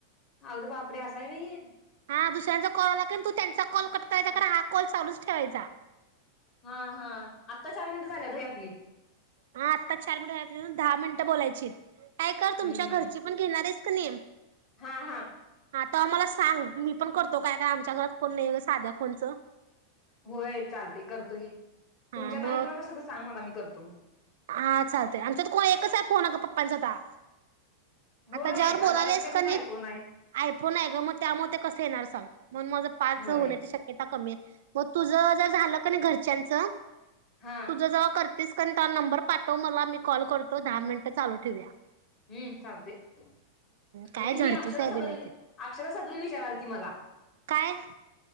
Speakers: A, on the left; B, on the right.
A: अरे बापरे असं आहे व्हय हे.
B: हा दुसऱ्यांचा कॉल आला की न तू त्यांचा कॉल कट तो ह्याचा कर हा कॉल चालूच ठेवायचा.
A: हा-हा आत्ता चार मिनिटं झाल्या होय आपली.
B: हा आत्ता चार मिनिटा झाले, दहा मिनिटं बोलायचीत. काय कर तुमच्या
A: हम्म.
B: घरची पण घेणारस क नियम
A: हा हा
B: हा आता आम्हाला सांग मी पण करतो काय-काय आमच्या घरात फोन नाही आहे साध्या फोनचं
A: होय चालते करतोय की
B: हा
A: तुमच्यात
B: मग
A: आणि कोणा कसं तर सांग मला मी करतो. तुम
B: हा चालतय आमच्यात कोण एकच आहे फोन का पप्पांचा आता
A: होय
B: आता ज्यावर
A: आणि
B: बोलालेस
A: दादाचा काय
B: का
A: तुमचा
B: नाही
A: आयफोन आहे.
B: आयफोन आहे ग मग त्यामुळे ते कसं येणार सांग? म्हणून माझं पांच
A: होय
B: होण्याची शक्यता कमी आहे. मग तुझ जर झालं का नाही घरच्यांच
A: हा
B: तुझ जव कर तेस क त नंबर पाठव मला मी कॉल करतो दहा मिनिटं चालू ठेवया
A: हम्म चालते म्हण
B: काय
A: ही
B: झडतीच
A: अक्षर
B: आहे बाई
A: सगळी
B: नितीन
A: अक्षरा <unintelligible> विचाराल ती मला
B: काय